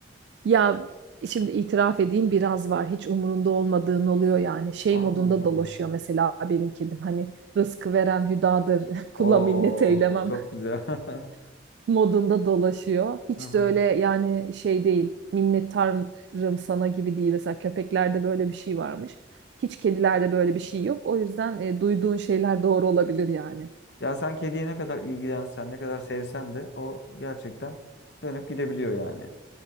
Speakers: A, on the right; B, on the left.
A: Ya şimdi itiraf edeyim biraz var. Hiç umurunda olmadığın oluyor yani. Şey
B: Allah.
A: modunda
B: Allah.
A: dolaşıyor mesela benim kedim. Hani rızkı veren hüdadır, <laughs> kula
B: Oo,
A: minnet eylemem
B: çok güzel. <laughs>
A: <laughs> modunda dolaşıyor. Hiç
B: Hı hı.
A: de öyle yani şey değil. Minnettarım sana gibi değil. Mesela köpeklerde böyle bir şey varmış. Hiç kedilerde böyle bir şey yok. O yüzden e, duyduğun şeyler doğru olabilir yani.
B: Ya sen kediye ne kadar ilgilensen, ne kadar sevsen de o gerçekten dönüp gidebiliyor yani.